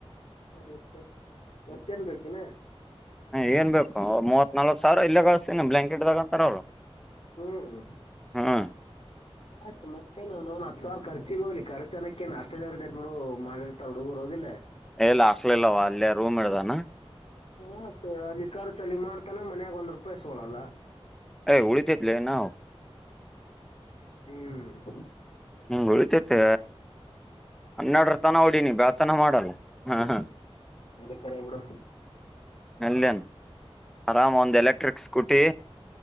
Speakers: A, on the left (about 70°); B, in the centre.
A: ಹ್ಮ ಮತ್ತೆ ಮತ್ತೇನ್ ಬೇಕಿನ
B: ಹ ಏನ್ ಬೇಕು ಮೂವತ್ ನಲ್ಕ್ ಸಾವಿರ ಇಲ್ಲೇ ಕಳಸ್ತೀನಿ ಬ್ಲ್ಾಕೆಟ್್ದಗಂತಾರ ಅವ್ರು
A: ಹ್ಮ್
B: ಹ್ಮ್
A: ಆಯ್ತ್ ಮತ್ತೇ ನೋನ್ ಹತ್ ಸಾವರ ಖರ್ಚಿಗ ಹೋಗಲಿ ರ್ಚ್ ಅನಕ್ಕೇನ್ ಅಷ್ಟ ಜರ್ತ್ ಬಿಡು ಮಾಡಿರ್ತಾರೆ ಹುಡುಗ ರೋದಿಲ್ಲ
B: ಎಲ್ಲ ಹಕ್ಲಿಲ್ಲವ ಅಲ್ಲಿಯ ರೂಮ್ ಇಡ್ದಾನ
A: ಹತ್ ಅಲ್ಲಿಿಕಾರ್ ಚಲಿ ಮಾಡ್ತಾನ ಮನ್ಯಾಗ ಒಂದ್ ರೂಪಾಯಿ ಸೋಳಲ್ಲ
B: ಹಳಿ ತಜಲ್ಲ ನ ಹ
A: ಹ್ಮ್
B: ಹ್ಮ ಉಳಿತೇತಿ ಹನ್ನೆರಡರತನ ನೋಡಿನಿ ಬ್ಯಾತನ ಮಾಡಲ್ಲ ಹ
A: ಅದು ಕರೆ ಬಿಡು
B: ಎಲ್ನ್ ಆರಾಮ್ ಒಂದು ಎಲೆಕ್ಟ್ರಿಕ್ ಸ್ಕೂಟಿ